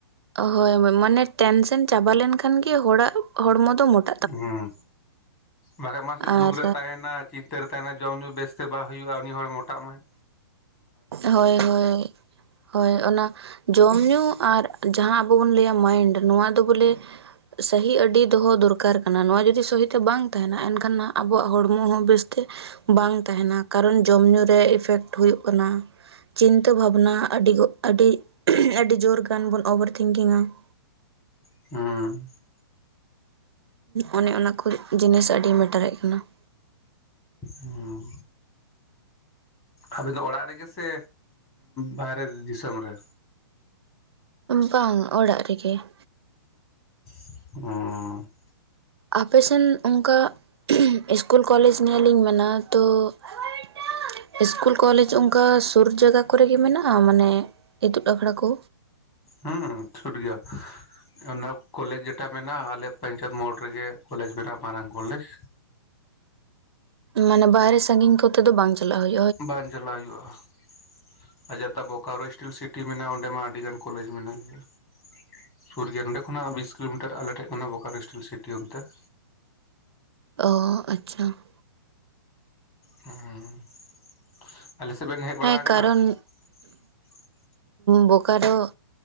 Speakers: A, on the right; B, on the left.
A: ᱦᱳᱭ, ᱢᱟᱱᱮ ᱴᱮᱱᱥᱮᱱ ᱪᱟᱵᱟ ᱞᱮᱱ ᱠᱷᱟᱱ ᱜᱮ ᱦᱚᱲᱟᱜ ᱦᱚᱲᱢᱚ ᱫᱚ ᱢᱚᱴᱟ ᱾
B: ᱦᱮᱸ, ᱵᱟᱠᱷᱟᱡ ᱢᱟᱥᱮ
A: ᱟᱨ
B: ᱫᱩᱠ ᱨᱮ ᱛᱟᱦᱮᱱᱟ, ᱪᱤᱱᱛᱟᱹᱨ ᱨᱮ ᱛᱟᱦᱮᱱᱟ, ᱡᱚᱢ ᱧᱩ ᱵᱮᱥᱛᱮ ᱵᱟᱟᱭ ᱦᱩᱭᱩᱜᱼᱟ, ᱩᱱᱤ ᱦᱚᱲ ᱢᱚᱴᱟᱜ ᱢᱟᱭ ᱾
A: ᱦᱳᱭ ᱦᱳᱭ ᱾ ᱦᱳᱭ ᱚᱱᱟ ᱡᱚᱢ ᱧᱩ ᱟᱨ ᱡᱟᱦᱟᱸ ᱟᱵᱚ ᱵᱚᱱ ᱞᱟᱹᱭᱟ ᱢᱟᱭᱤᱱᱰ ᱱᱚᱣᱟ ᱫᱚ ᱵᱚᱞᱮ ᱼᱼ ᱥᱟᱹᱦᱤ ᱟᱹᱰᱤ ᱫᱚᱦᱚ ᱫᱚᱨᱠᱟᱨ ᱠᱟᱱᱟ ᱱᱚᱣᱟ ᱡᱩᱫᱤ ᱥᱟᱹᱦᱤᱛᱮ ᱵᱟᱝ ᱛᱟᱦᱮᱱᱟ ᱮᱱᱠᱷᱟᱱ ᱟᱵᱚᱣᱟᱜ ᱦᱚᱲᱢᱚ ᱦᱚᱸ ᱵᱮᱥᱛᱮ ᱼᱼ ᱵᱟᱝ ᱛᱟᱦᱮᱱᱟ ᱠᱟᱨᱚᱱ ᱡᱚᱢ ᱧᱩ ᱨᱮ ᱤᱯᱷᱮᱠᱴ ᱦᱩᱭᱩᱜ ᱠᱟᱱᱟ ᱾ ᱪᱤᱱᱛᱟᱹ ᱵᱷᱟᱵᱽᱱᱟ ᱟᱹᱰᱤ ᱜᱚᱜ ᱟᱹᱰᱤ ᱟᱹᱰᱤ ᱡᱳᱨᱜᱟᱱ ᱵᱚᱱ ᱚᱵᱷᱟᱨ ᱛᱷᱤᱝᱠᱤᱝᱼᱟ ᱾
B: ᱦᱮᱸ ᱾
A: ᱚᱱᱮ ᱚᱱᱟ ᱠᱚ ᱡᱤᱱᱤᱥ ᱟᱹᱰᱤ ᱢᱮᱴᱟᱨᱮᱫ ᱠᱟᱱᱟ ᱾
B: ᱦᱩᱸᱼᱼ ᱟᱵᱮᱱ ᱫᱚ ᱚᱲᱟᱜ ᱨᱮᱜᱮ ᱥᱮ ᱵᱟᱨᱦᱮ ᱫᱤᱥᱚᱢ ᱨᱮ?
A: ᱵᱟᱝ ᱚᱲᱟᱜ ᱨᱮᱜᱮ ᱾
B: ᱚᱸᱻ ᱾
A: ᱟᱯᱮ ᱥᱮᱱ ᱚᱱᱠᱟ ᱤᱥᱠᱩᱞ ᱠᱚᱞᱮᱡᱽ ᱱᱤᱭᱮᱞᱤᱧ ᱢᱮᱱᱟ ᱛᱚ ᱼᱼ ᱤᱥᱠᱩᱞ ᱠᱚᱞᱮᱡᱽ ᱚᱱᱠᱟ ᱥᱩᱨ ᱡᱟᱜᱟ ᱠᱚᱨᱮᱜᱮ ᱢᱮᱱᱟᱜᱼᱟ ᱢᱟᱱᱮ ᱤᱛᱩᱱ ᱟᱠᱷᱲᱟ ᱠᱚ?
B: ᱦᱮᱸᱼᱼ ᱥᱩᱴ ᱜᱮᱭᱟ ᱚᱱᱟ ᱠᱚᱞᱮᱡᱽ ᱡᱮᱴᱟ ᱢᱮᱱᱟᱜᱼᱟ ᱟᱞᱮ ᱯᱚᱧᱪᱟᱭᱮᱛ ᱢᱳᱲ ᱨᱮᱜᱮ ᱠᱚᱞᱮᱡᱽ ᱢᱮᱱᱟᱜᱼᱟ ᱢᱟᱨᱟᱝ ᱠᱚᱞᱮᱡᱽ ᱾
A: ᱢᱟᱱᱮ ᱵᱟᱦᱨᱮ ᱥᱟᱺᱜᱤᱧ ᱠᱚᱛᱮ ᱫᱚ ᱵᱟᱝ ᱪᱟᱞᱟᱜ ᱼᱼ
B: ᱵᱟᱝ ᱪᱟᱞᱟᱣ ᱦᱩᱭᱩᱜᱼᱟ ᱾ ᱟᱡᱟᱛᱟ ᱵᱳᱠᱟᱨᱳ ᱤᱥᱴᱤᱞ ᱥᱤᱴᱤ ᱢᱮᱱᱟᱜᱼᱟ ᱚᱸᱰᱮ ᱢᱟ ᱟᱹᱰᱤᱜᱟᱱ ᱠᱚᱞᱮᱡᱽ ᱢᱮᱱᱟᱜ ᱾ ᱥᱩᱨ ᱜᱮᱭᱟ ᱱᱚᱰᱮ ᱠᱷᱚᱱᱟᱜ ᱵᱤᱥ ᱠᱤᱞᱳᱢᱤᱴᱟᱨ ᱟᱞᱮ ᱴᱷᱮᱡ ᱠᱷᱚᱱᱟᱜ ᱵᱳᱠᱟᱨᱳ ᱤᱥᱴᱤᱞ ᱥᱤᱴᱤ ᱚᱱᱛᱮ ᱾
A: ᱚ ᱟᱪᱪᱷᱟ ᱾
B: ᱦᱮᱸ ᱾ ᱟᱞᱮ ᱥᱮᱡ ᱵᱮᱱ ᱦᱮᱡ ᱼᱼ
A: ᱦᱮᱸ ᱠᱟᱨᱚᱱ ᱼᱼ
B: <inaudible>
A: ᱵᱳᱠᱟᱨᱳ ᱼᱼ